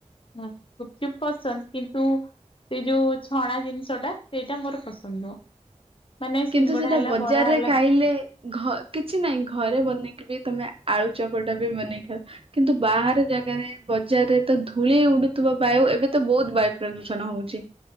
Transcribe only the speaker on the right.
କିନ୍ତୁ ସେଇଟା
ବଜାରରେ
ଖାଇଲେ ଘରେ କିଛି ନାଇଁ ଘରେ ବନେଇକି ବି ତମେ ଆଳୁ ଚକଟା ବି ବନେଇ କିନ୍ତୁ ବାହାର ଜାଗାରେ ବଜାରରେ ତ ଧୂଳି ଉଡୁଥିବା ବାୟୁ ଏବେ ତ ବହୁତ ବାୟୁ ପ୍ରଦୂଷଣ ହଉଛି।